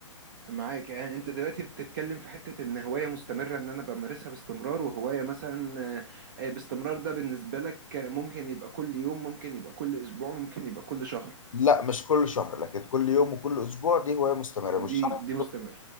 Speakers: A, on the right; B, on the left.
A: معاك يعني انت دلوقتي بتتكلم في حته ان هوايه مستمره ان انا بمارسها باستمرار وهوايه مثلا آه آه، باستمرار ده بالنسبه لك آه، ممكن يبقى كل يوم ممكن يبقى كل اسبوع ممكن يبقى كل شهر
B: لا مش كل شهر لكن كل يوم وكل أسبوع دي هواية مستمرة مش
A: دي
B: شرط
A: دي مستمر